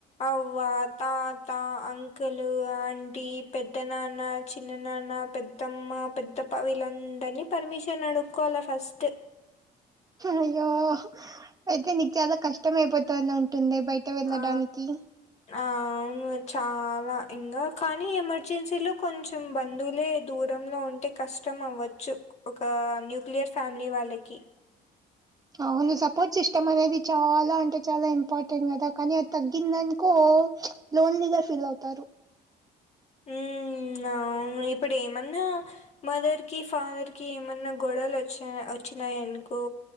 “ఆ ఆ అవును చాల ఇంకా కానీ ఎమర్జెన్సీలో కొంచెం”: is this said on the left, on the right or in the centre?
Left